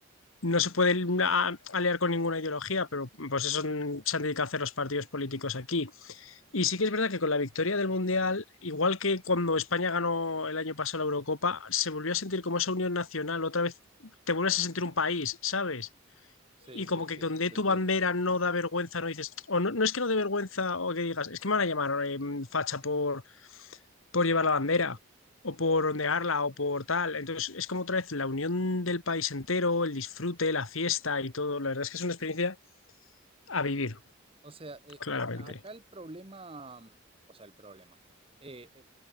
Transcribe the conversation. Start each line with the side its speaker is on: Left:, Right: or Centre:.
Left: no se puede a- aliar con ninguna ideología, pero pues eso n- se han dedicado a hacer los partidos políticos aquí. Y sí que es verdad que con la victoria del Mundial, igual que cuando España ganó el año pasado la Eurocopa, se volvió a sentir como esa unión nacional. Otra vez te vuelves a sentir un país, ¿sabes?
Right: Sí,
Left: y
Right: sí,
Left: como
Right: sí,
Left: que con
Right: se
Left: de tu
Right: entiende.
Left: bandera no da vergüenza, no dices, o no, no es que no dé vergüenza o que digas, es que me van a llamar eh, facha por, por llevar la bandera o por ondearla o por tal. Entonces es como otra vez la unión del país entero, el disfrute, la fiesta y todo. La verdad es que es una experiencia a vivir,
Right: O sea, eh,
Left: claramente.
Right: eh, acá el problema, mm, o sea, el problema, eh, eh,